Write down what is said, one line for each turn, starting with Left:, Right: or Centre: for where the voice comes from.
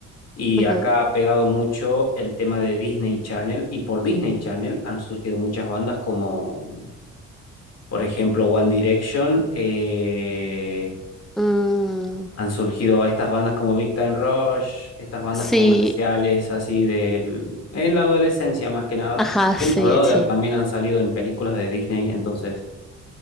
Left: Y
Centre: Ujú.
Left: acá ha pegado mucho el tema de Disney Channel y por Disney Channel han surgido muchas bandas como Por ejemplo, One Direction, eh,
Centre: Mm,
Left: han surgido estas bandas como Big Time Rush, estas bandas
Centre: sí,
Left: comerciales así del, en la adolescencia más que nada.
Centre: ajá,
Left: Jonas
Centre: sí,
Left: Brothers
Centre: sí,
Left: también han salido en películas de Disney, entonces